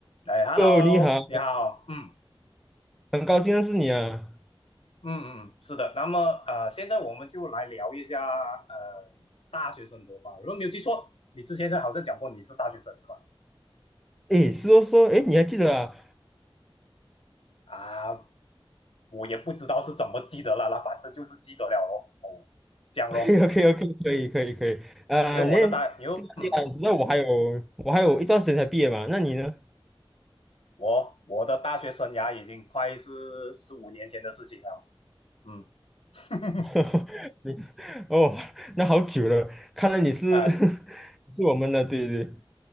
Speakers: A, on the left (about 80°); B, in the centre.
A: 哎，Hello，
B: 哦，你好，
A: 你好，嗯
B: 很高兴认识你啊。
A: 嗯嗯，是的。那么呃，现在我们就来聊一下呃大学生活吧。如果没有记错，你之前好像讲过你是大学生是吧？
B: 诶，是说说，诶，你还记得啊
A: 啊，我也不知道是怎么记得了啦，反正就是记得了咯。哦，这样咯，
B: ？OK，OK，OK，<laughs> 可以，可以，可以。啊，
A: 因为我的大，
B: 那对啊，
A: 因为嗯嗯，
B: 对啊，你知道我还有我还有一段时间才毕业嘛？那你呢？
A: 我我的大学生涯已经快是十五年前的事情了。嗯，<laughs>
B: <laughs> 你哦，那好久了，看来你是
A: 哎，
B: <laughs> 是我们的，对对对，